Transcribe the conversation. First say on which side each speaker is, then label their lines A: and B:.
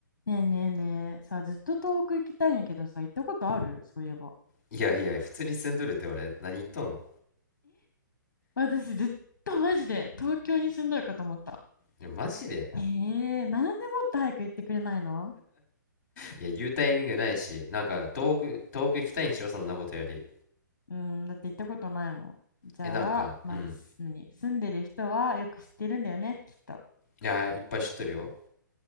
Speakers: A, on the left; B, on the left.
A: ねえねえねえ、さあ、ずっと東北行きたいんやけどさ、行ったことあるそういえば。
B: いやいや、普通に住んどるって俺、何言っとん
A: 私ずっとマジで東京に住んどるかと思った。
B: いやマジで
A: ええなんでもっと早く行ってくれないの
B: いや、言うタイミングないし、なんか、遠く、遠く行きたいんしろ、そんなことより。
A: うん、だって行ったことないもん。じゃあ、
B: え、なんか、
A: まあ、
B: うん。
A: す何住んでる人はよく知ってるんだよね、きっと。
B: いや、いっぱい知っとるよ。